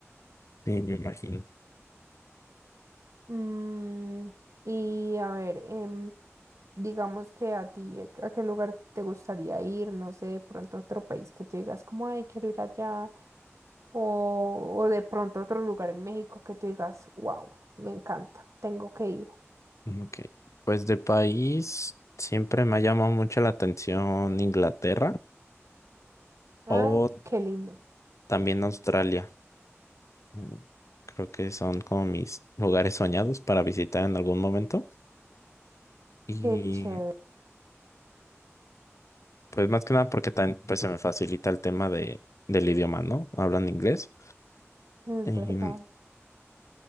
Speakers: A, on the left; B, on the right.
A: Sí, me imagino.
B: Mm, y a ver, em, Digamos que a ti, eh, ¿a qué lugar te gustaría ir? No sé, de pronto otro país que tú digas como, ay, quiero ir allá. O, o de pronto otro lugar en México que tú digas, wow, me encanta, tengo que ir.
A: Mm, Ok. Pues de país siempre me ha llamado mucho la atención Inglaterra
B: Ay,
A: o
B: qué lindo,
A: también Australia. Mm, Creo que son como mis lugares soñados para visitar en algún momento. Y
B: qué chévere,
A: pues más que nada porque también pues, se me facilita el tema de, del idioma, ¿no? Hablan inglés.
B: es
A: Y
B: verdad.
A: mm,